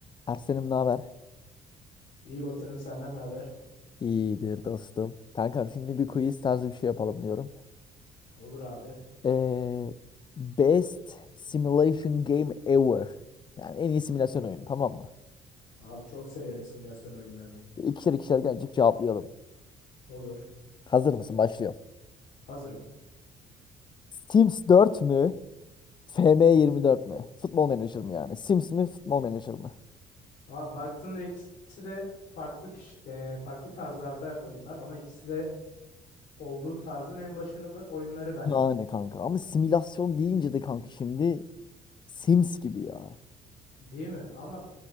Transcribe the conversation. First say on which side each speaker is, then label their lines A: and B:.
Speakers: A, on the left; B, on the left.
A: Ersen'im ne haber?
B: İyi Batı'nım senden ne haber?
A: İyidir dostum. Kankam şimdi bir quiz tarzı bir şey yapalım diyorum.
B: Olur abi.
A: Ee, best simulation game ever. Yani en iyi simülasyon oyunu tamam mı?
B: Abi çok severim simülasyon oyunlarını.
A: İkişer ikişer gelecek cevaplayalım.
B: Olur.
A: Hazır mısın? Başlıyorum.
B: Hazırım.
A: Sims 4 mü? FM24 mü? Futbol Manager mı yani? Sims mi? Futbol Manager mı?
B: Abi baktığında ikisi de farklı kişi, e, farklı tarzlarda oyunlar ama ikisi de olduğu tarzın en başarılı oyunları bence.
A: Yani kanka ama simülasyon deyince de kanka şimdi Sims gibi ya.
B: Değil mi? Ama